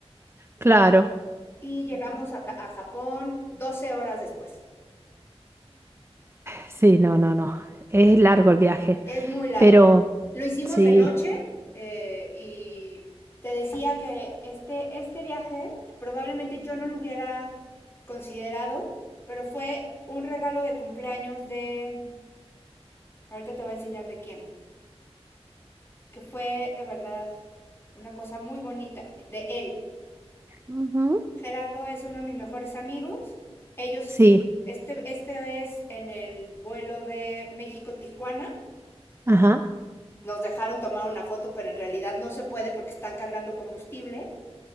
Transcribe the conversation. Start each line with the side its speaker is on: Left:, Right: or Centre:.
Right: Claro.
Left: y llegamos a, Ca- a Japón 12 horas después.
Right: Sí, no, no, no. Es largo el viaje,
Left: Es muy largo.
Right: pero
Left: Lo hicimos
Right: sí,
Left: de noche eh, y te decía que este, este viaje probablemente yo no lo hubiera considerado, pero fue un regalo de cumpleaños de, ahorita te voy a enseñar de quién, que fue de verdad una cosa muy bonita, de él.
Right: Ujú.
Left: Gerardo es uno de mis mejores amigos. Ellos,
Right: sí,
Left: este, este es en el vuelo de México-Tijuana
Right: ajá,
Left: nos dejaron tomar una foto, pero en realidad no se puede porque están cargando combustible.